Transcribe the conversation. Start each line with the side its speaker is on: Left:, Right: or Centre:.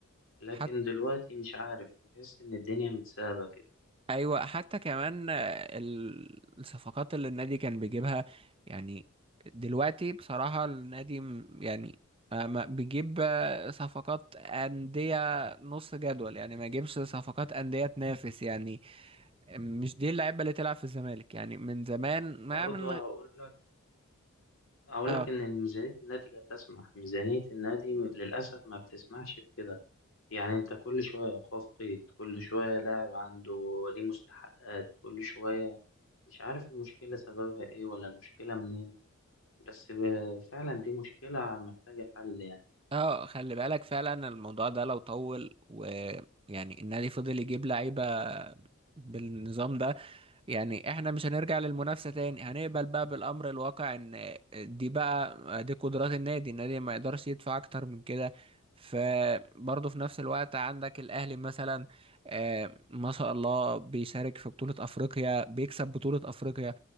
Left: لكن
Right: حتى
Left: دلوقتي مش عارف تحس إن الدنيا متسابة كده
Right: ايوه حتى كمان آه، ال- الصفقات اللي النادي كان بيجيبها يعني دلوقتي بصراحة النادي م- يعني آه، ما بيجيب آه، صفقات أندية نص جدول يعني ما يجيبش صفقات أندية تنافس يعني مش دي اللعيبة اللي تلعب في الزمالك يعني من زمان ما
Left: برضه
Right: من غ-
Left: هقول لك أقول
Right: اه
Left: لك إن ميزانية النادي لا تسمح ميزانية النادي م- للأسف ما بتسمحش بكده يعني أنت كل شوية إيقاف قيد كل شوية لاعب عنده ليه مستحقات كل شوية مش عارف المشكلة سببها إيه ولا المشكلة منين بس ب- فعلا دي مشكلة محتاجة حل يعني
Right: اه خلي بالك فعلا الموضوع ده لو طول ويعني النادي فضل يجيب لعيبة بالنظام ده يعني احنا مش هنرجع للمنافسة تاني هنقبل بقى بالأمر الواقع ان دي بقى دي قدرات النادي النادي ما يقدرش يدفع اكتر من كده فبرضه في نفس الوقت عندك الأهلي مثلا آه، ما شاء الله بيشارك في بطولة أفريقيا بيكسب بطولة أفريقيا